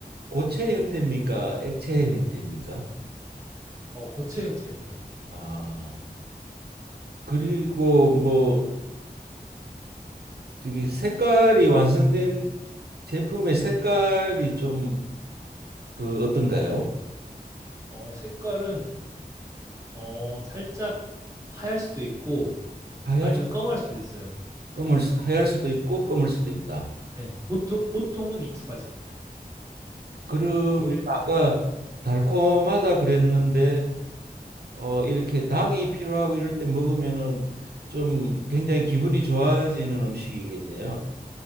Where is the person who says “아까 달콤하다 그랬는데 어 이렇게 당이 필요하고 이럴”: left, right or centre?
Right